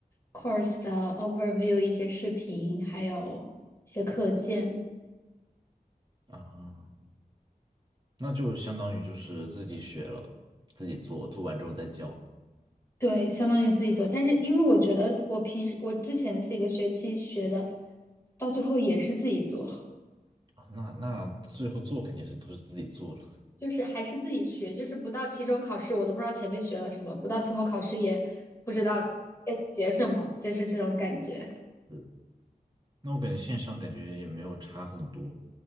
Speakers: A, on the left (about 15°); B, on the right (about 30°).
A: course 的 overview，一些视频，还有一些课件。
B: 啊，那就相当于就是自己学了，自己做，做完之后再交
A: 对，相当于自己做。但是因为我觉得我平时我之前几个学期学的，到最后也是自己做，
B: 啊。那那最后做肯定是都是自己做了。
A: <laughs> 就是还是自己学，就是不到期中考试我都不知道前面学了什么，不到期末考试也不知道在学什么，就是这种感觉。
B: 嗯，那我感觉线上感觉也没有差很多，